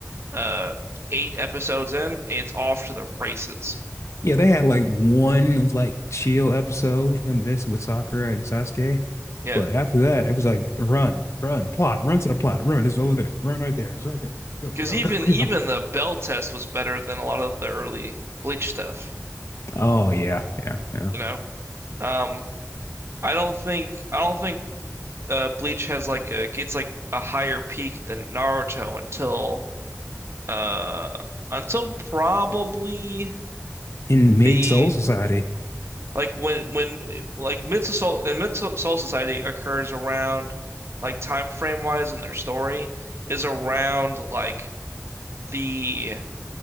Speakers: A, on the right (about 55°); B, on the left (about 60°).
A: uh eight episodes in, it's off to the races.
B: Yeah, they had like one like chill episode, him messing with Sakura and Sasuke.
A: Yeah,
B: But after that, it was like run, run, plot, run to the plot, run. It's over there. Run right there. It's right there. Go,
A: because
B: go,
A: even
B: <laughs> go,
A: even
B: go.
A: the bell test was better than a lot of the early Bleach stuff.
B: Oh yeah, yeah, yeah.
A: You know, um, I don't think I don't think uh, Bleach has like a gets like a higher peak than Naruto until uh until probably
B: In mid
A: the
B: Soul Society.
A: like when when like Mid Soul and Mid Soul Society occurs around like time frame wise in their story is around like the